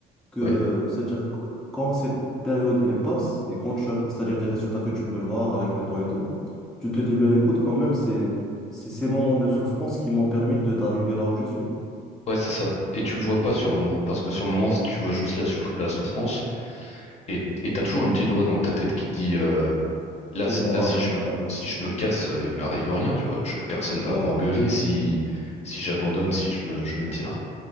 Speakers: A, in the centre; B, on the left.
A: que,
B: ouais.
A: c'est-à-dire que quand cette période elle passe et quand tu as, c'est-à-dire des résultats que tu peux voir avec le temps et tout, tu te dis, ben écoute, quand même, c'est c'est ces moments de souffrance qui m'ont permis de d'arriver là où je suis.
B: Ouais, c'est ça. Et tu le vois pas sur le moment, parce que sur le moment, tu vois juste la, souff- la souffrance, et et t'as toujours une petite voix dans ta tête qui te dit euh, là,
A: C'est
B: si-
A: bon,
B: là,
A: arrête,
B: si je me,
A: arrête.
B: si je me casse, euh, il m'arrive rien, tu vois. Je, personne
A: Voilà.
B: va m'engueuler si, si j'abandonne, si je me, je me tire.